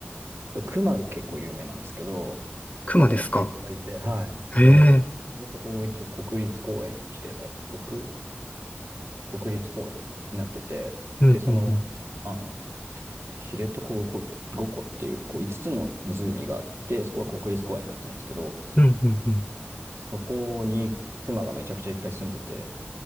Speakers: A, on the right; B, on the left.
A: 熊が結構有名なんですけど、
B: 熊ですか
A: 熊がめっちゃいっぱいいて、はい。
B: へえ。
A: で、知床を一応国立公園に指定され、国、国立公園になってて、
B: うんうんうん。
A: で、その、あの、し知床5個、5個っていう、こう5つつの湖があって、そこが国立公園になってるんですけど、
B: うんうんうん。
A: そこに熊がめちゃくちゃいっぱい住んでて、